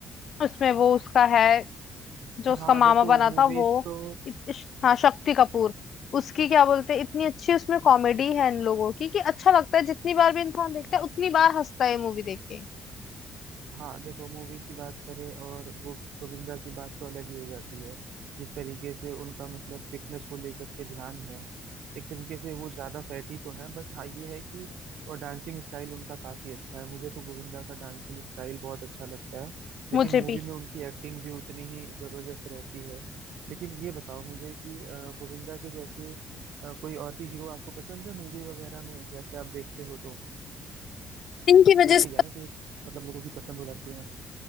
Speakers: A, on the left; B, on the right.
A: उसमें वो उसका है जो उसका
B: हाँ
A: मामा
B: देखो
A: बना
B: मूवीज
A: था वो
B: तो
A: इत- इश- हाँ शक्ति कपूर उसकी क्या बोलते हैं इतनी अच्छी उसमें कॉमेडी है इन लोगों की कि अच्छा लगता है जितनी बार भी इंसान देखता है उतनी बार हंसता है मूवी देख के
B: हाँ देखो मूवी की बात करें और गो, गोविंदा की बात तो अलग ही हो जाती है जिस तरीके से उनका मतलब फिटनेस को लेकर के ध्यान है एक तरीके से वो ज्यादा फैटी तो है बट हाँ ये है कि और डांसिंग स्टाइल उनका काफी अच्छा है मुझे तो गोविंदा का डांसिंग स्टाइल बहुत अच्छा लगता है लेकिन
A: मुझे
B: मूवी
A: भी
B: में उनकी एक्टिंग भी उतनी ही जबरदस्त रहती है लेकिन ये बताओ मुझे कि अ, गोविंदा के जैसे अ, कोई और भी हीरो आपको पसंद है मूवी वगैरह में जैसे आप देखते हो तो
A: इनकी वजह
B: वही चीज
A: से
B: है ना कि मतलब लोगों की पसंद हो जाती है